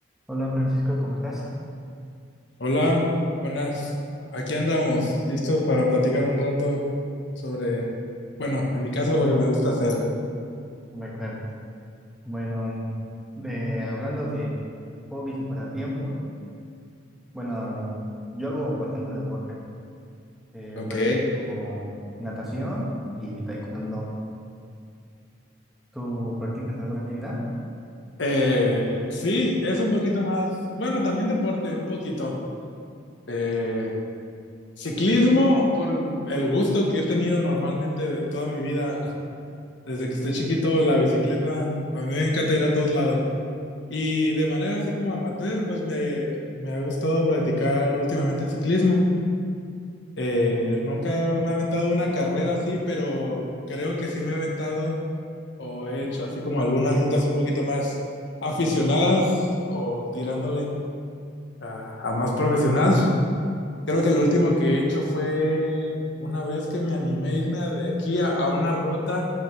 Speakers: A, in the centre; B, on the left (about 60°).
A: Hola Francisco, ¿cómo estás?
B: Hola, buenas. Aquí andamos, listos para platicar un rato sobre, bueno, en mi caso lo que me gusta hacer.
A: De acuerdo. Bueno, de- hablando de hobbies y pasatiempos, bueno, yo hago bastante deporte. Eh,
B: Ok.
A: practico natación y taekwondo. ¿Tú practicas alguna actividad?
B: Eh, sí, es un poquito más, bueno, también deporte, un poquito. Eh, ciclismo, por el gusto que he tenido normalmente de toda mi vida, <laughs> desde que estoy chiquito, la bicicleta, a mí me encanta ir a todos lados. Y de manera así como amateur, pues me, me ha gustado practicar últimamente el ciclismo. Eh, nunca me he aventado una carrera así, pero creo que sí me he aventado o he hecho así como algunas rutas un poquito más aficionadas o tirándole a, a más profesional. Creo que lo último que he hecho fue una vez que me animé a irme a- de aquí a, a una ruta